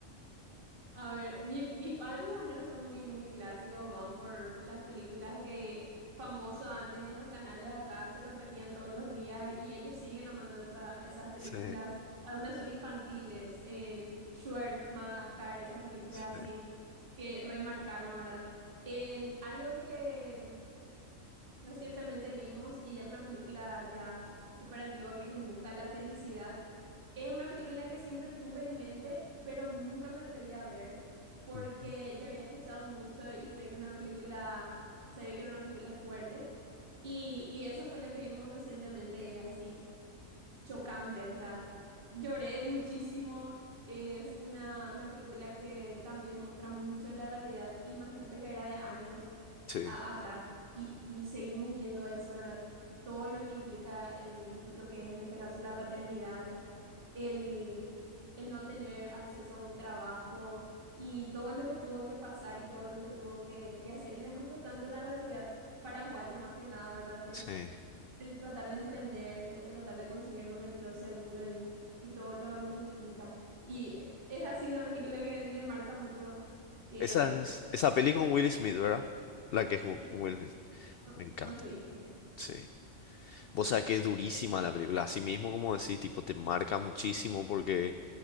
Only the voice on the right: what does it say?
A ver, mi- mis padres al menos son muy, muy clásicos, van por, por las películas que famoso antes en los canales acá se repetían todos los días y ellos siguen amando esa- esas películas.
Algunas son infantiles, en Shrek, Madagascar, esas películas
así que remarcaron, ¿verdad? En algo que recientemente vimos y ya es una película ya súper antigua que es En Busca de la Felicidad. Es una película que siempre tuve en mente, pero nunca me atreví a ver porque
ya había escuchado mucho y sé que una película, se ve que era una película fuerte. Y, y esa fue la que vimos recientemente y es así chocante, o sea, lloré muchísimo. Es una, una película que también muestra mucho de la realidad. Imagínate que era de años
a- atrás y, y seguimos viendo eso, ¿verdad? Todo lo que implica el- lo que es en este caso la paternidad el, el no tener acceso a un trabajo y todo lo que tuvo que pasar y todo lo que tuvo que, que hacer y demuestra tanto la realidad paraguaya más que nada, ¿verdad? El,
el tratar de emprender, el tratar de conseguir un empleo seguro y, y todo lo, lo que implica. Y es así una película que me marca mucho que
Sí.
con,
con su hijo, sí.